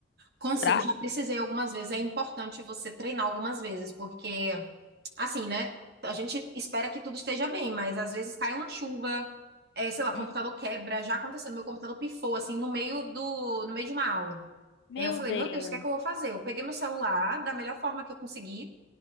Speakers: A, on the right; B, on the left.
A: Consigo,
B: Será?
A: já precisei algumas vezes. É importante você treinar algumas vezes, porque, assim, né? A gente espera que tudo esteja bem, mas às vezes cai uma chuva, é, sei lá, computador
B: Hum,
A: quebra. Já aconteceu, meu computador pifou, assim, no meio do, no meio de uma aula.
B: meu
A: Eu falei,
B: Deus.
A: meu Deus, o que é que eu vou fazer? Eu peguei meu celular da melhor forma que eu consegui.